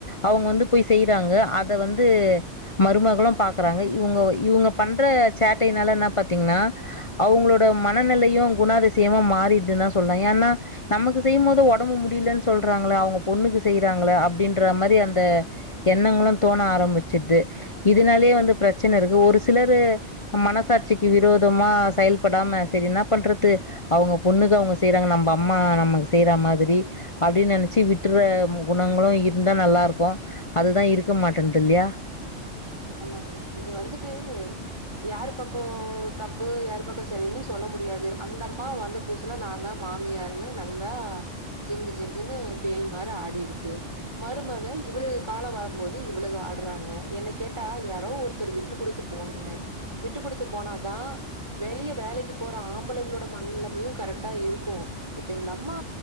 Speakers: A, on the left; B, on the right.
A: அவங்க வந்து போய் செய்றாங்க அத வந்து மருமகளும் பாக் கறாங்க இவங்க பண்ற சேட்டையினால என்ன பாத்தீங்கன்னா அவங்களோட மனநிலையு குணாதிசயமா மாறிடுதுன்ன சொல்றே ஏன்னா நமக்கு செய்யும் போது ஒடம்பு முடியலன்னு சொல்றாங்கள அவங்க பொண்ணுக்கு செய்யறாங்கள அப்படின்ற மாரி அந்த எண்ணங்களு தோண ஆரம்பிச்சடுது இதனாலயே வந்து பிரச்சன இருக்கு ஒரு சிலரு மனசாட்சிக்கு விரோதமா செயல்படாம சரி என்னா பண்றது அவங்க பொண்ணுக்கு அவங்க செய்யறாங்க நம்ம அம்மா நமக்கு செய்ற மாதிரி அப்படின் நெனச்சு விட்டுற குணங்களு இருந்தா நல்லா இருக்கு அதுதா இருக்க மாட்டேன்னுது இல்லையா
B: ஆமாங்க இது வந்துட்டு யாரு பக்கோ தப்பு யாரு பக்கோ சரின்னு சொல்ல முடியா து அந்த அம்மா வந்து புதுசுல நா தா மாமியார்ன்னு நல்லா ஜிங்கு ஜிங்குன்னு பேய் மாரி ஆடிருக்கு மருமக இவ்வளுக கால வரும்போது இவ்வளுக ஆடுறாங்க எனக் கேட்டா யாரோ ஒருத்தர் விட்டு கொடுத்து போனுங்க விட்டு கொடுத்து போனாதா வெளிய வேலைக்கு போற ஆம்பலங்களோட மனனிலமையும் கரெக்டா இருக்கு இப்ப இந்த அம்மா